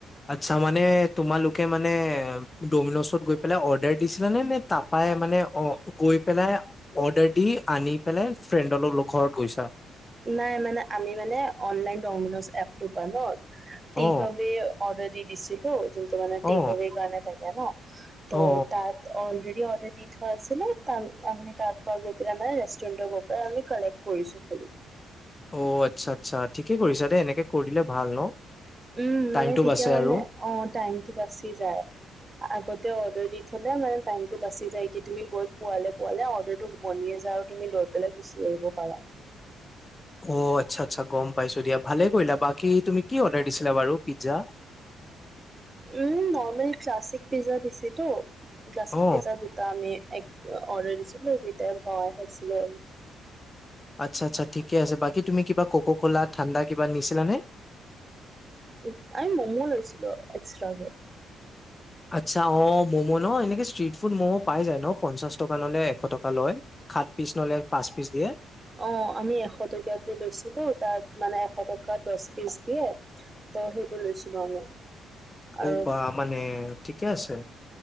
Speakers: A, on the left; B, on the right.
A: আচ্ছা মানে তোমালোকে মানে ডমিনচত গৈ পেলাই অৰ্ডাৰ দিছিলা নে -নে তাইপাই মানে অহ গৈ পেলাই অৰ্ডাৰ দি আনি পেলে ফ্ৰেণ্ডৰ লগ -লগ ঘৰত গৈছা?
B: নাই মানে আমি মানে অনলাইন ডমিনজ এপটো পা ন' টেক
A: অ
B: আৱে অৰ্ডাৰ দি দিছিলোঁ যোনটো মানে
A: অ
B: টেক আৱে কাৰণে থাকে ন' ত'
A: অ অ
B: তাত অলৰেডি অৰ্ডাৰ দি থোৱা আছিলে তান আমি তাৰ পা গৈ পেলাই মানে ৰেষ্টুৰেণ্টত গৈ পেলাই আমি কালেক্ট কৰিছো খালি।
A: অহ, আচ্ছা -আচ্ছা ঠিকে কৰিছা দে এনেকে কৰিলে ভাল ন'?
B: উম,
A: টাইমটো
B: মানে তেতিয়া
A: বাচে
B: মানে
A: আৰু
B: অহ, টাইমতো বাছি যায়। আগতে অৰ্ডাৰ দি থলে মানে টাইমতো বাচি যায় কি তুমি গৈ পোৱালে-পোৱালে অৰ্ডাৰটো বনিয়ে যায় আৰু কিনি লৈ পেলাই গুচি আহিব পাৰা।
A: অহ, আচ্ছা -আচ্ছা গম পাইছো দিয়া ভালে কৰিলা বাকী তুমি কি অৰ্ডাৰ দিছিলা বাৰু পিজ্জা?
B: উম, নৰ্মেল ক্লাছিক পিজ্জা দিছিলোঁ ক্লাছিক
A: অ
B: পিজ্জা টা আমি এক অৰ্ডাৰ দিছিলোঁ দুইটাই আমি ভগাই খাইছিলোঁ
A: আচ্ছা -আচ্ছা ঠিকে আছে বাকী তুমি কিবা ক'ক ক'লা ঠাণ্ডা কিবা নিছিলা নে?
B: <unintelligible> আমি ম'ম' লৈছিলো এক্সট্ৰা কে।
A: আচ্ছা অহ, ম'ম' নহ এনেকে ষ্ট্ৰিট ফুড ম'ম' পাই যায় ন' পঞ্চাশ টকা ললে এশ টকা লয়। সাত পিচ নহ'লে পাঁচ পিচ দিয়ে।
B: অহ, আমি এশ টকীয়াটো লৈছিলোঁ তাত মানে এশ টকা দচ পিচ দিয়ে ত'সেইটো লৈছিলোঁ আমি। আৰু
A: ঔ বা মানে ঠিকে আছে।